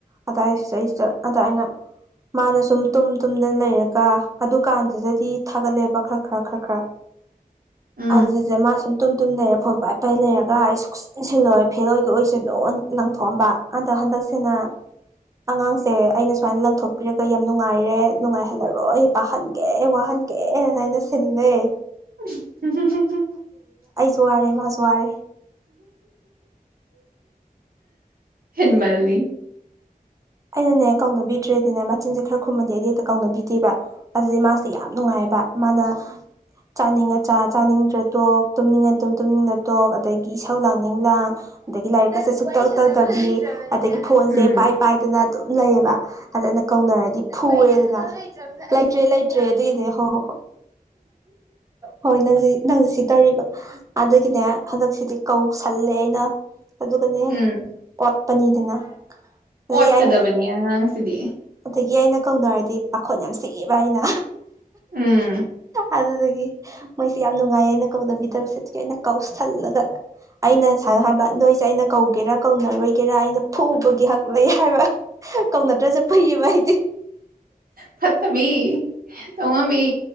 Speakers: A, on the right; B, on the right.
A: ꯑꯗꯥꯏ ꯁꯤꯗꯩꯁꯤꯗ ꯑꯗꯥ ꯑꯩꯅ ꯃꯥꯅ ꯁꯨꯝ ꯇꯨꯝ ꯇꯨꯝꯗꯅ ꯂꯩꯔꯒ ꯑꯗꯨꯀꯥꯟꯗꯨꯗꯗꯤ ꯊꯥꯒꯠꯂꯦꯕ ꯈꯔ ꯈꯔ ꯈꯔ ꯈꯔ
B: ꯑ
A: ꯑꯗꯨꯁꯦ ꯃꯥ ꯁꯨꯝ ꯇꯨꯝ ꯇꯨꯝ ꯂꯩꯔꯦ ꯐꯣꯟ ꯄꯥꯏ ꯄꯥꯏ ꯂꯩꯔꯒ ꯁꯨꯆꯤꯟ ꯁꯤꯜꯂꯣꯏ ꯐꯦꯜ ꯑꯣꯏꯒꯦ ꯑꯣꯏꯁꯦ ꯂꯪꯊꯣꯛꯑꯝꯕ ꯑꯟꯗ ꯍꯟꯗꯛꯁꯤꯅ ꯑꯉꯥꯡꯁꯦ ꯑꯩꯅ ꯁꯨꯃꯥꯏꯅ ꯂꯪꯊꯣꯛ ꯄꯤꯔꯛꯒ ꯌꯥꯝ ꯅꯨꯡꯉꯥꯏꯔꯦ ꯅꯨꯡꯉꯥꯏꯍꯜꯂꯔꯣꯏ ꯑꯩ ꯄꯥꯍꯟꯒꯦ ꯋꯥꯍꯟꯒꯦꯅ ꯑꯅ ꯁꯤꯜꯂꯦ
B: <inaudible>
A: ꯖꯔꯦ ꯖ꯭ꯔꯦ
B: ꯍꯤꯟꯃꯜꯅꯤ
A: ꯑꯩꯅꯅꯦ ꯀꯧꯅꯕꯤꯗ꯭ꯔꯦꯗꯤꯅꯦ ꯃꯆꯤꯟꯁꯦ ꯈꯔ ꯈꯨꯝꯃꯟꯗꯤꯦ ꯑꯩꯗꯤ ꯍꯦꯛꯇ ꯀꯧꯅꯕꯤꯗꯦꯕ ꯑꯗꯨꯗꯤ ꯃꯥꯁꯦ ꯌꯥꯝ ꯅꯨꯡꯉꯥꯏꯔ ꯃ ꯆꯥꯅꯤꯡꯉꯆꯥ ꯆꯥꯅꯤꯡꯗ꯭ꯔ ꯇꯣꯛ ꯇꯨꯝꯅꯤꯡꯉ ꯇꯨꯝ ꯇꯨꯝꯅꯤꯡꯗ ꯇꯣꯛ ꯑꯗꯒꯤ ꯏꯁꯧ ꯂꯥꯡꯅꯤꯡ ꯂꯥꯡ ꯑꯗꯒꯤ ꯂꯥꯏꯔꯤꯛꯀꯁꯦ ꯁꯨꯛꯇꯨꯛꯇꯗꯕꯤ ꯑꯗꯒꯤ ꯐꯣꯟꯁꯦ
B: ꯎꯝ
A: ꯄꯥꯏ ꯄꯥꯏ ꯑꯗꯨꯝ ꯂꯩꯌꯦꯕ ꯑꯗ ꯑꯅ ꯀꯧꯅꯔꯗꯤ ꯐꯨꯔꯦꯗꯅ ꯂꯩꯇ꯭ꯔꯦ ꯂꯩꯇ꯭ꯔꯦ ꯑꯗꯨꯒꯤꯗꯨꯅꯦ ꯍꯣꯏ ꯍꯣꯏ ꯍꯣꯏ ꯑꯣ ꯍꯣ ꯍꯣꯏ ꯅꯪ ꯅꯪꯁ ꯁꯤꯗꯔꯤꯕ ꯑꯗꯨꯒꯤꯅꯦ ꯍꯟꯗꯛꯁꯤꯗꯤ ꯀꯧꯁꯜꯂꯦ ꯑꯩꯅ ꯑꯗꯨꯒꯅꯦ
B: ꯎꯝ
A: ꯀꯣꯠꯄꯅꯤꯗꯅ
B: ꯑꯣꯠꯀꯗꯕꯅꯤ
A: ꯑꯗꯒꯤ ꯑꯩꯅ
B: ꯑꯉꯥꯡꯁꯤꯗꯤ
A: ꯑꯗꯒꯤ ꯑꯩꯅ ꯀꯧꯅꯔꯗꯤ ꯄꯥꯈꯣꯠ ꯌꯥꯝ ꯁꯤꯛꯑꯦꯕ ꯍꯥꯏꯅ
B: ꯎꯝ
A: ꯑꯗꯨꯗꯒꯤ ꯃꯣꯏꯁꯤ ꯌꯥꯝ ꯅꯨꯡꯉꯥꯏꯌꯦ ꯑꯩꯅ ꯀꯧꯗꯕꯤꯗꯕꯁꯦ ꯑꯗꯨꯀꯤ ꯑꯩꯅ ꯀꯧꯁꯜꯂꯒ ꯑꯩꯅ ꯁꯅ ꯍꯥꯏꯕ ꯅꯣꯏꯁꯦ ꯑꯩꯅ ꯀꯧꯒꯦꯔꯥ ꯀꯧꯅꯔꯣꯏꯒꯦꯔꯥ ꯑꯩꯅ ꯐꯨꯕꯒꯤ ꯍꯛ ꯂꯩ ꯍꯥꯏꯕ ꯀꯧꯅꯗ꯭ꯔꯁꯦ ꯐꯩꯌꯦꯕ ꯍꯥꯏꯗꯤ
B: ꯐꯠꯇꯕꯤ ꯇꯉꯕꯤ